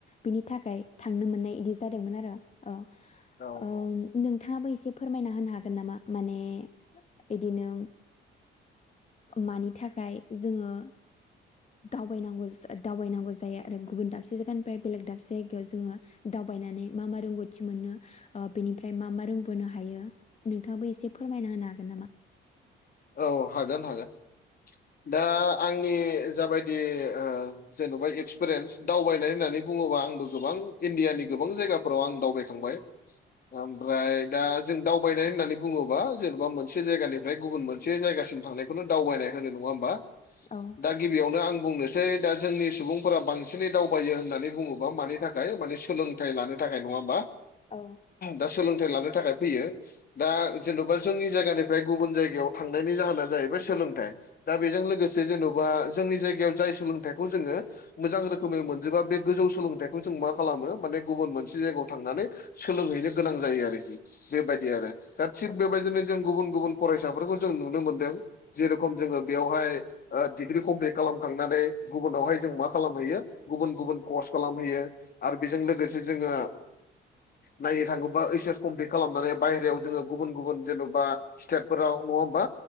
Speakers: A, on the left; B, on the left.
A: बिनि थाखाय थांनो मोननाय बिदि जादोंमोन आरो अ
B: औ औ
A: नोंथाङाबो एसे फोरमायना होनो हागोन नामा माने बिदिनो मानि थाखाय जोङो दावबायनांगौ दावबायनांगौ जायो आरो गुबुन दाबसे जायगानिफ्राय बेलेग दाबसे जायगायाव जोङो दावबायनानै मा मा रोंगौथि मोनो बेनिफ्राय मा मा रोंबोनो हायो नोंथाङाबो एसे फोरमायना होनो हागोन नामा
B: औ हागोन हागोन दा आंनि जाबायदि जेन'बा एक्सपिरियेन्स दावबायनाय होननानै बुङोबा आंबो गोबां इण्डियानि गोबां जायगाफोराव आं दावबायखांबाय
A: <inaudible>
B: ओमफ्राय दा जों दावबायनाय होननानै बुङोबा जेनेबा मोनसे जायगानिफ्राय गुबुन मोनसे जायगासिम थांनायखौनो दावबायनाय नडा <unintelligible> होनबा
A: औ
B: दा गिबियावनो आं बुंनोसै दा जोंनि सुबुंफोरा बांसिनै दावबायो होननानै बुङोबा मानि थाखाय माने सोलों सोलोंथाइ लानो थाखाय नङा होनबा
A: औ
B: दा सोलोंथाइ लानो थाखाय फैयो दा जेन'बा जोंनि जायगानि ओमफ्राय गुबुन जायगायाव थांनायनि जाहोना जाहैबाय सोलोंथाइ दा बेजों लोगोसे जेन'बा जोंनि जायगायाव जाय सोलोंथाइखौ जोङो मोजां रोखोमै मोनजोबा बे गोजौ सोलोंथाइखौ जों मा खालामो माने गुबुन मोनसे जायगायाव थांनानै सोलोंहैनो गोनां जायो आरोखि बेबायदि आरो दा थिग
A: औ
B: बेबायदिनो जों गुबुन गुबुन फरायसाफोरखौ जों नुनो मोनदों जेरेखम जोङो बेवहाय डिग्रि कमप्लिट खालामखांनानै गुबुनावहाय जों मा खालामहैयो गुबुन गुबुन कर्स खालामहैयो आरो बेजों लोगोसे जोङो
A: <inaudible>
B: नायनो थाङोबा ओइस एस कमप्लिट खालामनानै बायेरायाव जोङो गुबुन गुबुन जेन'बा स्टेटफोराव नङा होमबा